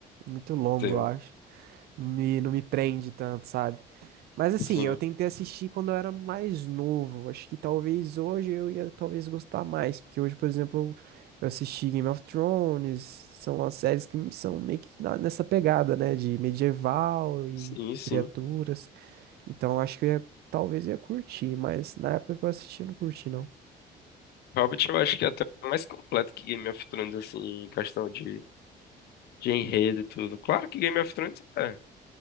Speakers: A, on the right; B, on the left.
A: Muito longo,
B: Tem-
A: eu acho. Não me, não me prende tanto, sabe? Mas assim,
B: Sim,
A: eu tentei assistir quando eu era mais novo. Acho que talvez hoje eu ia talvez gostar mais, porque hoje, por exemplo, eu assisti Game of Thrones, são as séries que são meio que na- nessa pegada, né, de medieval e
B: sim, sim.
A: criaturas. Então eu acho que eu ia, talvez eu ia curtir, mas na época que eu assisti eu não curti não.
B: Hobbit eu acho que é até mais completo que Game of Thrones, assim, em questão de, de enredo e tudo. Claro que Game of Thrones é.